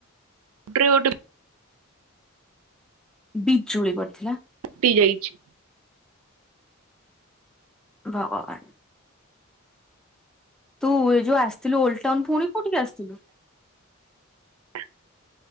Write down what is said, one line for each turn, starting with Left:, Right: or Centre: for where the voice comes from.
Right: ଉପରେ ଗୋଟେ
Centre: ବିଜୁଳି ପଡ଼ିଥିଲା।
Right: ଗୋଟେ ଯାଇଛି।
Centre: ଭଗବାନ। ତୁ ଏ ଯୋଉ ଆସଥିଲୁ ଓଲଡ ଟାଉନ ପୁଣି କୋଉଠିକି ଆସଥିଲୁ?
Right: <inaudible>